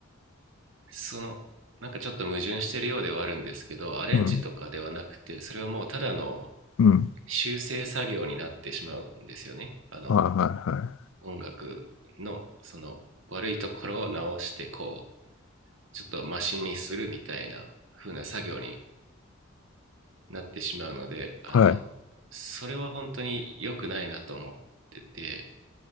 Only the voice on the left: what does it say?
うん、
うん、
はいは
いはい、はい、